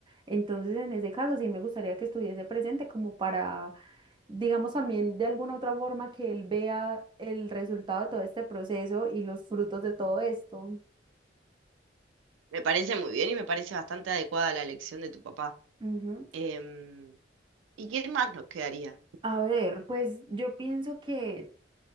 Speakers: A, on the right; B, on the right.
A: entonces en ese caso sí me gustaría que estuviese presente como para, digamos también de alguna otra forma que él vea el resultado de todo este proceso y los frutos de todo esto.
B: me parece muy bien y me parece bastante adecuada la elección de tu papá.
A: Ujú.
B: Em, ¿y qué más nos quedaría?
A: A ver, pues yo pienso que